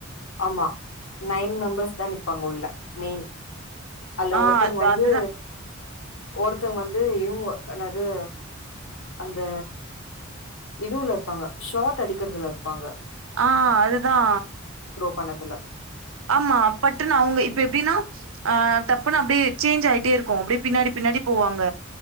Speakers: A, on the left; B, on the right.
A: ஆமா நைன் மெம்பர்ஸ்தா நிப்பாங்க உள்ள மெயின். அல்ல
B: ஆ
A: ஒருத்தருங்க
B: அது
A: வந்து
B: அதுதா
A: ஒருத்தங்க வந்து. து இவுங்க ஆனா அது அந்த இது உள்ள இருப்பாங்க ஷார்ட் அடிக். இருக்குறதுல இருப்பாங்க.
B: ஆ அதுதா.
A: பணத்துல.
B: ஆமா பட்டுனா அவுங்க இப்ப எப்டின்னா அ தப்புன்னு அப்டியே சேஞ்ச் ஆயிட்டே இருக்கு அப்டியே பின்னாடி பின்னாடி போவாங்க.